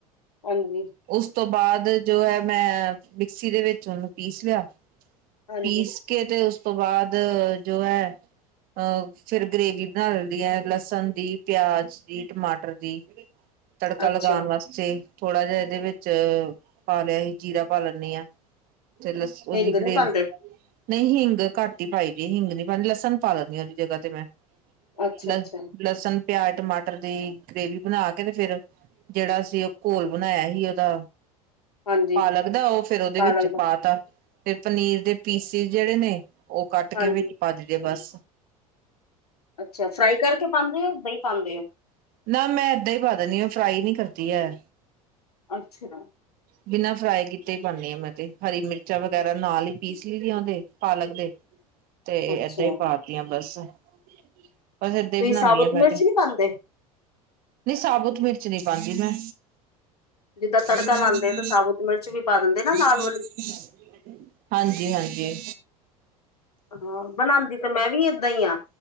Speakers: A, on the left; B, on the right.
A: ਹਾਂਜੀ।
B: ਉਸ ਤੋਂ ਬਾਦ ਜੋ ਹੈ ਮੈ, ਮਿਕਸੀ ਦੇ ਵੇਚ ਓਨੂੰ, ਪੀਸ ਲੇਆ।
A: ਹਾਂਜੀ
B: ਪੀਸ ਕੇ ਤੇ ਉਸ, ਤੋਂ ਬਾਅਦ ਜੋ ਹੈ। ਅ ਫਿਰ ਗ੍ਰੇਵੀ ਬਣਾ ਲੈਂਦੀ ਐ ਲਸਣ ਦੀ, ਪੇਆਜ ਦੀ, ਟਮਾਟਰ ਦੀ ਤੜਕਾ
A: ਅੱਛਾ
B: ਲਗਾਣ ਵਾਸਤੇ, ਥੋੜਾ ਜੇਆ ਏਦੇ ਵੇਚ, ਪਾਲੇਆ ਈ ਜੀਰਾ, ਪਾ ਲੈਈ ਆਂ। ਚਲਸਕੋ
A: ਹਿੰਗ
B: ਦੀ ਗਰੇ
A: ਨੀ ਪਾਉਂਦੇ
B: ਨਈ ਹਿੰਗ ਘੱਟ ਈ ਪਾਈ ਦੀ, ਹਿੰਗ ਨੀ ਪਾਦੀ ਲਸਣ ਪਾ ਲਣੀ ਏਦੀ ਜਗਾ ਤੇ ਮੈ
A: ਅੱਛਾ
B: ਲ,
A: ਅੱਛਾ
B: ਲਸਣ ਪੇਆਜ, ਟਮਾਟਰ ਦੀ ਗ੍ਰੇਵੀ ਬਣਾ ਕੇ ਤੇ ਫੇਰ, ਜੇਹੜਾ ਅਸੀ। ਓ ਘੋਲ ਬਣਾਆ ਸੀ। ਓਦਾ,
A: ਹਾਂਜੀ
B: ਪਾਲਕ ਦਾ ਓ ਫੇਰ ਓਦੇ
A: ਪਾਲਕ
B: ਵਿੱਚ
A: ਦਾ
B: ਪਾਤਾ। ਫੇਰ ਪਨੀਰ ਦੇ ਪੀਸਿਸ ਜੇੜੇ ਨੇ, ਓ, ਕੱਟ
A: ਹਾਂਜੀ
B: ਕੇ ਵਿੱਚ ਪਾ ਦਿਦੇ। ਬੱਸ,
A: ਅੱਛਾ, ਫਰਾਈ ਕਰਕੇ ਪਾਦੇ ਓ, ਏਦਾ ਪਾਦੇ ਓ।
B: ਨਾ ਮੈਂ, ਏਦਾਂ ਈ ਪਾ ਦਿੰਦੀ, ਫਰਾਈ ਨੀ ਕਰਦੀ ੲੈ।
A: ਅੱਛਾ <unintelligible>
B: ਬਿਨਾਂ ਫਰਾਈ ਕੀਤੇ ਪਾਉਣੀ ਆ ਮੈਂ ਤੇ, ਹਰੀ ਮਿਰਚਾਂ ਵਗੈਰਾ ਨਾਲ ਈ ਪੀਸ ਲਈਦੀ ਓਦੇ, ਪਾਲਕ ਦੇ
A: <inaudible>
B: ਤੇ, ਏਦਾ
A: ਅੱਛਾ
B: ਈ ਪਾਤੀਆ। ਬੱਸ ਬਸ, ਏਦਾ ਈ
A: ਤੁਸੀਂ
B: ਬਣਾਈ
A: ਸਾਬੁਤ
B: ਆਂ ਮੈਂ
A: ਮਿਰਚ
B: ਤੇ,
A: ਨੀ ਪਾਉਂਦੇ
B: ਨਈ ਸਾਬਤ ਮਿਰਚ ਨੀ ਪਾਦੀ। ਮੈ
A: ਜਿੱਦਾਂ
B: <unintelligible>
A: ਤੜਕਾ ਲਾਉਂਦੇ ਆ ਤਾਂ ਸਾਬੁਤ ਮਿਰਚ ਵੀ ਪਾ ਦਿੰਦੇ ਨਾ ਲਾਲ ਵਾਲੀ
B: ਹਾਂਜੀ-ਹਾਂਜੀ।
A: ਹਾਂ, ਬਣਾਦੀ ਤੇ ਮੈਂ ਵੀ ਏਦਾਂ ਈ ਆ